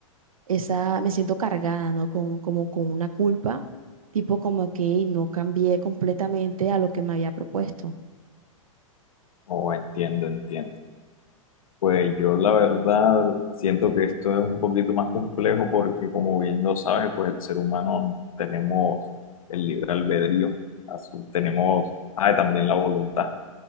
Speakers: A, on the right (about 80°); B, on the left (about 80°).
A: esa, me siento cargada, ¿no? Con, como con una culpa, tipo como que "Ey, no cambié completamente a lo que me había propuesto.
B: o entiendo, entiendo. Pues yo la verdad siento que esto es un poquito más complejo porque como bien lo sabes, pues el ser humano tenemos el libre albedrío, a su- tenemos ah, y también la voluntad,